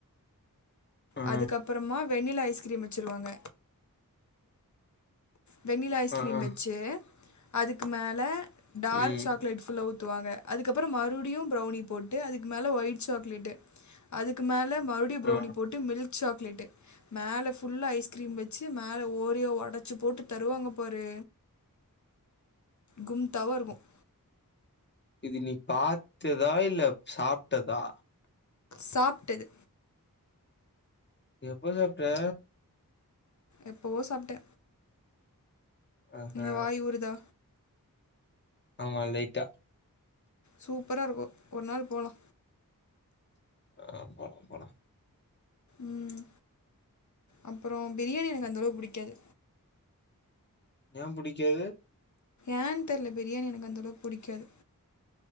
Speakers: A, on the left; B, on the left.
A: ஆ
B: அதுக்கப்பறமா வெண்ணிலா ஐஸ்கிரீம் வச்சுருவாங்க வெண்ணிலா ஐஸ்கிரீம்
A: ஆ
B: வச்சு அதுக்கு மேல டார்க்
A: ம்
B: சாக்லேட் ஃபுல்லா ஊ த்துவாங்க அதுக்கப்பறோ மறுடியு ப்ரௌனி போட்டு அதுக்கு மேல ஒயிட் சாக்லேட்டு அதுக்கு மேல மறு அப்டியே ப்ரௌனி
A: ஆ
B: போட்டு மில்க் சாக்லேட் மேல ஃபுல்லா ஐஸ்கிரீம் வச்சு மேல ஓரியோவ ஒடச் டச்சு போட்டு தருவாங்க பாரு கும் தாவா இருக்கும்
A: இது நீ பாத்ததா இல்ல சாப்ட்டதா
B: சாப்ட்டது
A: எப்ப சாப்ட்ட
B: எப்பவோ சாப்ட்டே
A: ஆஹா
B: என்ன வாய் ஊறுதா
A: ஆமா லைட்டா
B: சூப்பரா இருக்கும் ஒரு நாள் போலா
A: அ போலா போலா
B: ம் அப்பறோ பிரியாணி எனக்கு அந்தளவு புடிக்காது
A: ஏ புடிக்காது
B: ஏன்னு தெர்ல பிரியாணி எனக்கு அந்தளவுக் புடிக்காது